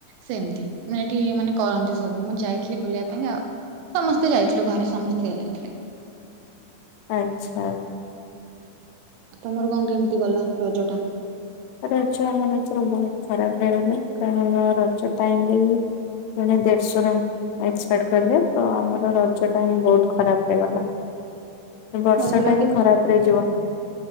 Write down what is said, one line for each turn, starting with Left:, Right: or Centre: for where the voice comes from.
Right: ସେମତି ମାନେ ଏଠି ମାନେ କରନ୍ତି ସବୁ ମୁଁ ଯାଇଥିଲି ବୁଲିବା ପାଇଁ ଆଉ ସମସ୍ତେ ଯାଇଥିଲୁ ଘରେ ସମସ୍ତେ ଯାଇଥିଲେ।
Left: ଆ ଚ୍ଛା
Right: ତମର କଣ କେମିତି ଗଲା ରଜଟା?
Left: ରଜ ଆମର ଏଥର ବହୁତ ଖରାପ ହେଇଗଲା କାରଣ ରଜ ଟାଇମରେହିଁ ପୁଣି ଦେଢଶୁର ଏକ୍ସପାର୍ଟ କଲେ ତ ଆମର ରଜ ଟା ହିଁ ବହୁତ ଖରାପ ହେଇଗଲା। ବର୍ଷ
Right: ରଜରେ
Left: ଟା
Right: ଆଉ
Left: ହିଁ
Right: କିଛି
Left: ଖରାପରେ ଯିବ।